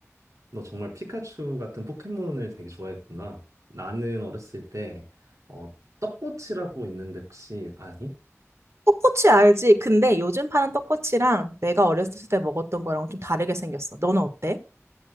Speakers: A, on the right; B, on the right.
A: 너 정말 피카츄 같은 포켓몬을 되게 좋아했구나. 나는 어렸을 때 어, 떡꼬치라고 있는데 혹시 아니?
B: 떡꼬치 알지? 근데 요즘 파는 떡꼬치랑 내가 어렸을 때 먹었던 거랑 좀 다르게 생겼어. 너는 어때?